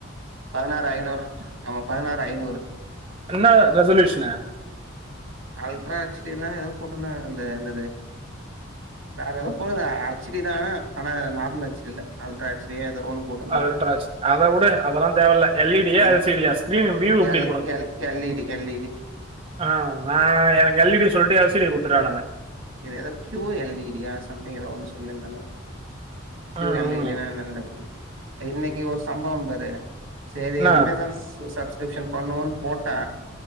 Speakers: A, on the right; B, on the right.
A: பதினாறு ஐநூறு ஆமா பதினாறு ஐநூறு
B: என்ன ரெசல்யூஷனு
A: அல்ட்ரா அச் டின்னோ எதோ போட்ருந்தாங்க அந்த என்னது வேற எதோ போடுங்க அச் டி தா ஆனா நார்மல் அச் டி இல்ல அல்ட்ரா அச் டியோ எதோ ஒன்னு போடு
B: அல்ட்ராஸ் அத உடு அதெல்லா தேவ இல்ல எல்இடியா
A: ஆ
B: எல்சிடியா ஸ்கிரீன் வியூ எப்டி
A: L L E D L E D
B: ஆ நா எனக்கு எல்இடி சொல்லிட்டு எல்சிடி குடுத்துடானுங்க
A: ஆ இது எதோ கியூ எல்இடியா சம்திங் எதோ ஒன்னு சொல்லிருந்தானுங்க கியூ
B: ம்
A: எல்இடினா
B: ம்.
A: என்னனு தெரில இன்னைக்கு ஒரு சம்பவோ பாரு சேரி
B: என்ன
A: அமேசான் சஸ் சப்ஸ்கிரிப்ஷன் பண்ணுவோன் போட்டா